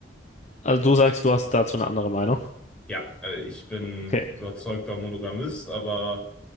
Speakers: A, on the left; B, in the centre.
A: Also du sagst, du hast dazu eine andere Meinung.
B: Ja, äh, ich bin
A: Okay.
B: überzeugter Monogamist, aber